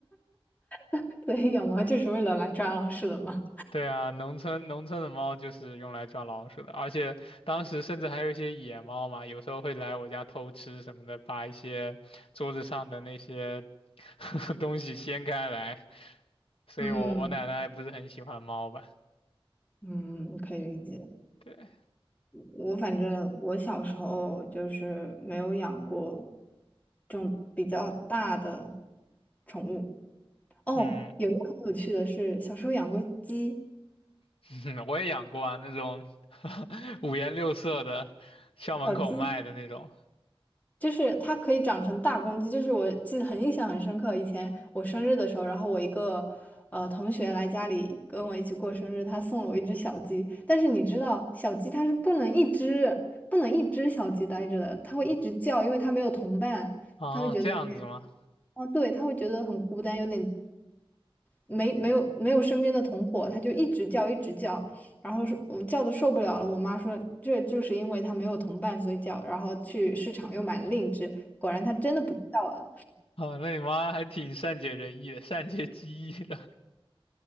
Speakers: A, on the left; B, on the left.
A: <laughs> 对，养猫就是为了来抓老鼠的嘛。
B: 对啊，农村农村的猫就是用来抓老鼠的，而且当时甚至还有一些野猫嘛，有时候会来我家偷吃什么的，把一些桌子上的那些 <laughs> 东西掀开来，
A: <laughs>
B: 所以我我奶奶不是很喜欢猫吧？
A: 嗯嗯，可以理解。
B: 对，
A: 我反正我小时候就是没有养过这种比较大的宠物，哦，
B: 嗯，
A: 有一个很有趣的是，小时候养过鸡，
B: <laughs> 我也养过啊，那种 <laughs> 五颜六色的，校门口卖的那种。
A: 小鸡就是它可以长成大公鸡，就是我记得很印象很深刻。以前我生日的时候，然后我一个呃同学来家里跟我一起过生日，他送了我一只小鸡。但是你知道，小鸡它是不能一只不能一只小鸡待着的，它会一直叫，因为它没有同伴，
B: 哦，
A: 它会觉得有点，
B: 这样子吗？<laughs>
A: 哦，对，它会觉得很孤单，有点没没有没有身边的同伙，他就一直叫一直叫，然后是我叫的受不了了，我妈说这就是因为他没有同伴所以叫，然后去市场又买了另一只，果然它真的不叫了，
B: 啊，那你妈还挺善解人意的，善解机意的